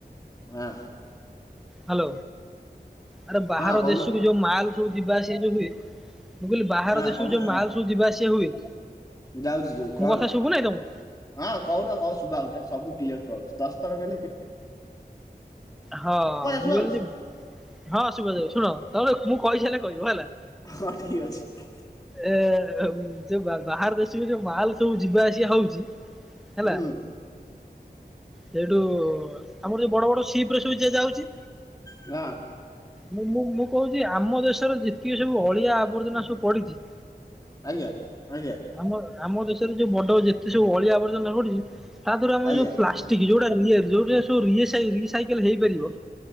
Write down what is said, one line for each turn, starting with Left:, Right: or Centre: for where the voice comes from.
Left: ଆଁ।
Centre: ହାଲୋ ଆରେ ବାହାର
Left: ହଁ କହୁନ
Centre: ଦେଶ କୁ ଯୋଉ ମାଲ ସବୁ ଯିବା ଆସିବା ଯୋଉ ହୁଏ। ମୁଁ କଇଲି ବାହାର
Left: ହଁ
Centre: ଦେଶୁ
Left: କହୁନ
Centre: ଯୋଉ
Left: ହଁ
Centre: ମାଲ ସବୁ ଯିବା ଆସିବା ହୁଏ।
Left: ଯାଉଛି ଯୋଉ
Centre: ମୋ
Left: କଣ
Centre: କଥା
Left: ହେଲା।
Centre: ଶୁଭୁ ନାହିଁ ତମକୁ?
Left: ହଁ କହୁନ କ ଶୁଭା ହଉଚି ସବୁ କ୍ଲିୟର ସୁଭାହଉଚି ଦଶଥର କଇଲେ
Centre: ହଁ ମୁଁ
Left: ଶୁଭା
Centre: କଇଲିକି
Left: ହଉଛି
Centre: ହଁ ଶୁବା ଯାଉଚି ଶୁଣ ତା ମୁଁ କହିସାଇଲେ କହିବ ହେଲା।
Left: ହଁ ଠିକ୍ ଅଛି।
Centre: ଏ ଯେ ବାହାର ଦେଶକୁ ଯୋଉ ମାଲ ସବୁ ଯିବା ଆସିବା ହୋଉଚି ହେଲା
Left: ହୁଁ
Centre: ସେଟୁ ଆମର ଯୋଉ ବଡ ବଡ ସି କି ପ୍ରସୁ ଯାଉଚି।
Left: ହଁ
Centre: ମୁଁ ମୁଁ ମୁଁ କହୁଚି ଆମ ଦେଶର ଯେତିକି ସବୁ ଅଳିଆ ଆବର୍ଜନା ସବୁ ପଡିଚି
Left: ଆଜ୍ଞା ଆଜ୍ଞା।
Centre: ଆମ ଆମ ଦେଶରେ ଯୋଉ ବଡ ଯେତେ ସବୁ ଅଳିଆ ଆବର୍ଜନା ପଡିଚି ତା ତରୁ ଆମକୁ
Left: ଆଜ୍ଞା
Centre: ଯୋଉ ପ୍ଲା ଟିକି ଯୋଉଡା ଇଏ ଯୋଉଟା ଇଏ ସାଇ ହେଇପାରିବ